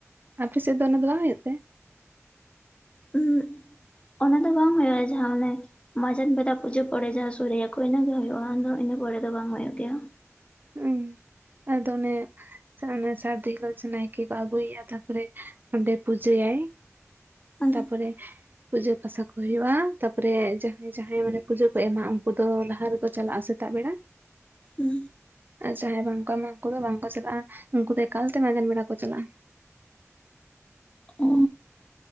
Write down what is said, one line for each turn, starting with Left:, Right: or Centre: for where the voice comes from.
Right: ᱟᱯᱮ ᱥᱮᱜ ᱫᱚ ᱚᱱᱟ ᱫᱚ ᱵᱟᱝ ᱦᱩᱭᱩᱜ ᱛᱮ?
Left: ᱩᱸ ᱚᱱᱟ ᱫᱚ ᱵᱟᱝ ᱦᱩᱭᱩᱜᱼᱟ ᱡᱟᱦᱟᱸ ᱚᱱᱮ ᱢᱟᱡᱟᱱ ᱵᱮᱰᱟ ᱯᱩᱡᱟᱹ ᱯᱚᱨᱮ ᱡᱟᱦᱟᱸ ᱥᱚᱲᱮ ᱭᱟᱠᱚ ᱤᱱᱟᱹ ᱜᱮ ᱦᱩᱭᱩᱜᱼᱟ, ᱟᱫᱚ ᱤᱱᱟᱹ ᱯᱚᱨᱮ ᱫᱚ ᱵᱟᱝ ᱦᱩᱭᱩᱜ ᱜᱮᱭᱟ᱾
Right: ᱦᱩᱸ ᱟᱫᱚ ᱚᱱᱮ ᱥᱮ ᱚᱱᱮ ᱥᱟᱨᱫᱤ ᱦᱤᱞᱳᱜ ᱡᱮ ᱱᱟᱭᱠᱮ ᱠᱚ ᱟᱜᱩᱭ ᱭᱟ ᱛᱟᱨᱯᱚᱨᱮ ᱚᱸᱰᱮ ᱯᱩᱡᱟᱹ ᱭᱟᱭ,
Left: ᱦᱩᱸ
Right: ᱛᱟᱯᱚᱨᱮ ᱯᱩᱡᱟᱹ ᱯᱟᱥᱟ ᱠᱚ ᱦᱩᱭᱩᱜᱼᱟ, ᱛᱟᱯᱚᱨᱮ ᱡᱟᱦᱟᱸᱭ ᱡᱟᱦᱟᱸᱭ ᱢᱟᱱᱮ ᱯᱩᱡᱟᱹ ᱠᱚ ᱮᱢᱟ ᱩᱱᱠᱩ ᱫᱚ ᱞᱟᱦᱟ ᱨᱮᱠᱚ ᱪᱟᱞᱟᱜᱼᱟ ᱥᱮ ᱥᱮᱛᱟᱜ ᱵᱮᱲᱟ᱾
Left: ᱦᱩᱸ
Right: ᱟᱨ ᱡᱟᱦᱟᱸᱭ ᱵᱟᱝ ᱠᱚ ᱮᱢᱟ ᱩᱝᱠᱩ ᱫᱚ ᱵᱟᱝ ᱠᱚ ᱪᱟᱞᱟᱜᱼᱟ ᱩᱝᱠᱩ ᱫᱚ ᱮᱠᱟᱞ ᱛᱮ ᱢᱟᱸᱡᱟᱱ ᱵᱮᱲᱟ ᱠᱚ ᱪᱟᱞᱟᱜᱼᱟ᱾
Left: ᱚ